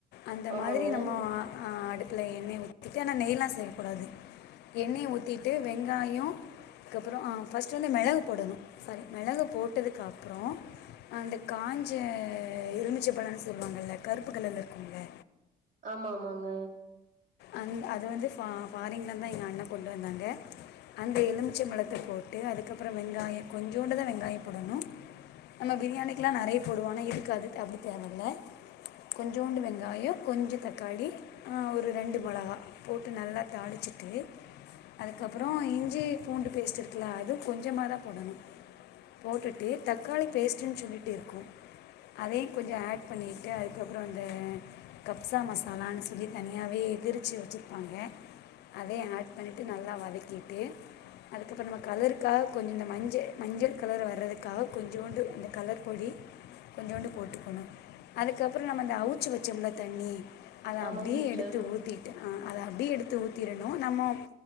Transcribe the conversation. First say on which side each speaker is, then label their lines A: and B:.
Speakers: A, on the left (about 80°); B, on the right (about 55°).
A: அந்த
B: ஆமாங்க
A: மாறி நம்ம அடு த்தில எண்ணெய் ஊத்திட்டு ஆனா நெய்லாம் சேக்கக்கூடாது எண்ணெயை ஊத்திட்டு வெங்காயம் அதுக்கப்புறம் ஆ ப ஃபர்ஸ்ட் வந்து மிளகு போடணும் சாரி மிளகு போட்டதுக்கப்புறம் அந்த காஞ்ச எலுமிச்ச பழம்ன்னு சொல்லுவாங்கல்ல கருப்பு கலர்ல்ல இருக்குமே
B: ஆமா ஆமாங்க
A: அங் அது வந்து ஃபாரின்ல தா எங்க அண்ணே கொண்டு வந்தாங்க அந்த எலுமிச்சை பழத்த போட்டு அதுக்கப்புறம் வெங்காயம் கொஞ்சோண்டு தா வெங்காயம் போடணும் நம்ம பிரியாணிக்கெல்லாம் நெறைய போடுவா ஆனா இதுக்கு அது தேவல கொஞ்சோண்டு வெங்காயம் கொஞ்சம் தக்காளி அ ஒரு ஒரு ரெண்டு மிளகா போட்டு நல்லா தாளிச்சிட்டு அதுக்கப்புறம் இஞ்சி பூண்டு பேஸ்ட் இருக்குலா அதும் கொஞ்சமா தா போடணும் போட்டுட்டு தக்காளி பேஸ்ட்ன்னு சொல்லிட்டு இருக்கும் அதையும் கொஞ்சம் ஆட் பண்ணிக்கிட்டு அதுக்கப்புறம் அந்த கப்சா மசாலான்னு சொல்லி தனி வே விருச்சி வச்சுருப்பாங்க அதேயு ஆட் பண்ணிவிட்டு நல்லா வதக்கிட்டு அதுக்கப்புறம் நம்ம கலருக்காக கொஞ்சம் இந்த மஞ்சள் மஞ்சள் கலர் வரதுக்காக கொஞ்சோண்டு இந்த கலர் பொடி கொஞ்சோண்டு போட்டுக்கணும் அதுக்கப்புறம் நம்ம அந்த அவுச்சி வச்சோமுல்ல தண்ணி அத
B: ஆமாங்
A: அப்டியே
B: சிஸ்டர்
A: எடுத்து ஊத்திட்டு் அத அப்டியே எடுத்து ஊத்திடணும் நம்ம